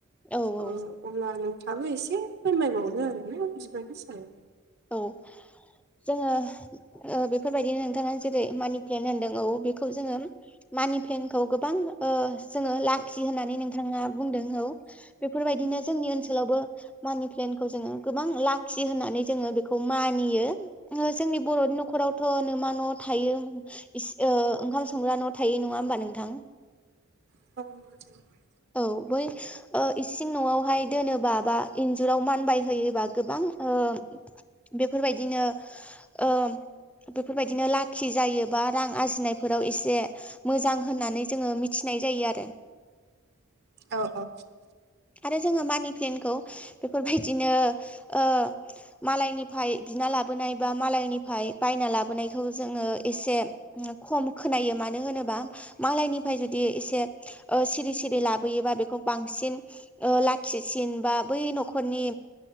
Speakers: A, in the centre; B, on the right.
A: औ
B: ओ
A: औ
B: अब्ला नों थाङाबो एसे फोरमायबावदो आरोना बिबारनि सायाव
A: औ जोङो ओ बेफोरबायदिनो नोंथाङा जेरै मानि प्लेनट होनदों औ बेखौ जोङो मानि पलेनखौ गोबां ओ जोङो लाखि होननानै नोंथाङा बुंदों औ बेफोरबायदिनो जोंनि ओनसोलावबो मानि प्लेनखौ जोङो गोबां लाखि होननानै जोङो बेखौ मानियो जोंनि बर'नि न'खरावथ' नो मा न' थायो इस ओ ओंखाम संग्रा न' थायो नङा होमबा नोंथां?
B: <unintelligible>
A: औ बै ओ इसिं न'आवहाय दोनोबा बा इन्जुराव मानबायहयोबा गोबां ओ बेफोरबायदिनो ओ बेफोरबायदिनो लाखि जायोबा रां आरजिनायफोराव एसे मोजां होननानै जोङो मिथिनाय जायो आरो।
B: अ अ।
A: आरो जोङो मानि प्लेनखौ बेफोरबायदिनो ओ मालायनि फाय बिना लाबोनाय बा मालायनिफाय बायना लाबोनायखौ जोङो एसे खम खोनायो मानो होनोबा मालायनिफाय जुदि एसे ओ सिरि सिरि लाबोयोबा बेखौ बांसिन ओ लाखिसिन बा बै न'खरनि